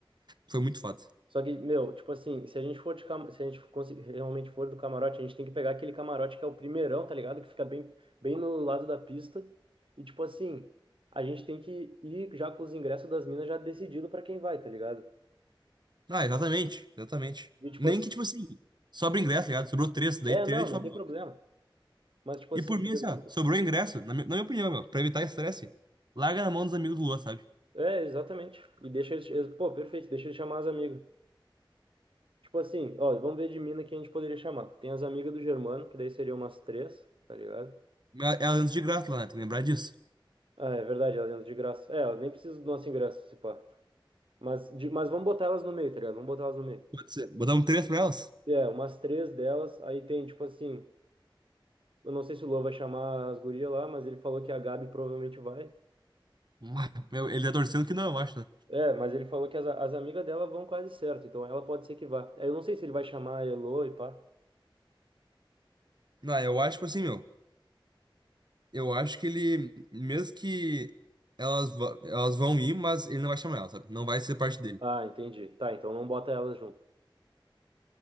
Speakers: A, on the right; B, on the right.
A: foi muito foda.
B: Só que, meu, tipo assim, se a gente for de cam... se a gente conseguir, realmente for do camarote, a gente tem que pegar aquele camarote que é o primeirão, tá ligado? Que fica bem, bem no lado da pista. E, tipo assim, a gente tem que ir já com os ingressos das minas já decidido pra quem vai, tá ligado?
A: Ah, exatamente, exatamente.
B: E, tipo
A: Nem
B: assim,
A: que, tipo assim, sobra ingresso, tá ligado? Sobrou três, daí
B: é,
A: três
B: não,
A: a gente
B: não
A: fala,
B: tem
A: meu.
B: problema. Mas, tipo
A: E
B: assim,
A: por mim,
B: por
A: assim,
B: exemplo,
A: ó, sobrou ingresso, na, mi- na minha opinião, meu, pra evitar estresse, larga na mão dos amigos do Luan, sabe?
B: é, exatamente. E deixa eles, eles- pô, perfeito, deixa eles chamar as amigas. Tipo assim, ó, vamos ver de mina que a gente poderia chamar. Tem as amigas do Germano, que daí seriam umas três, tá ligado?
A: Mas Elas andam de graça lá, né? Tem que lembrar disso.
B: Ah, é verdade, elas entram de graça. É, elas nem precisam do nosso ingresso, se pá. Mas, de, mas vamos botar elas no meio, tá ligado? Vamos botar elas no meio.
A: Pode ser. Botar um três pra elas?
B: É, umas três delas, aí tem, tipo assim, eu não sei se o Lô vai chamar as gurias lá, mas ele falou que a Gabi provavelmente vai.
A: Ah, Meu, ele tá torcendo que não, eu acho, né?
B: É, mas ele falou que as, as amigas dela vão quase certo, então ela pode ser que vá. Aí eu não sei se ele vai chamar a Elô e pá.
A: Não, eu acho, tipo assim, meu, eu acho que ele, mesmo que elas, va- elas vão ir, mas ele não vai chamar elas, sabe? Não vai ser parte dele.
B: Ah, entendi. Tá, então não bota elas junto.